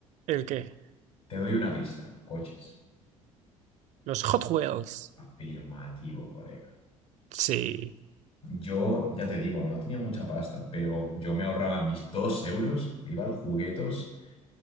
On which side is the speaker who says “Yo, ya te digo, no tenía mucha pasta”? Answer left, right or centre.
Left